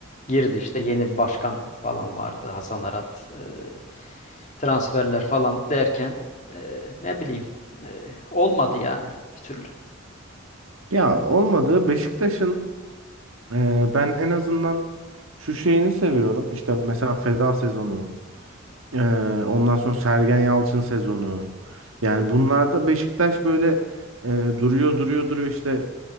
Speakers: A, on the left (about 35°); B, on the right (about 80°).
A: girdi işte yeni bir başkan falan vardı Hasan Arat. Ee, transferler falan derken e, ne bileyim e, olmadı yani bir türlü.
B: Ya olmadı. Beşiktaş'ın e, ben en azından şu şeyini seviyorum. İşte mesela feda sezonu. Ee, ondan sonra Sergen Yalçın sezonu. Yani bunlarda Beşiktaş böyle e, duruyor duruyor duruyor işte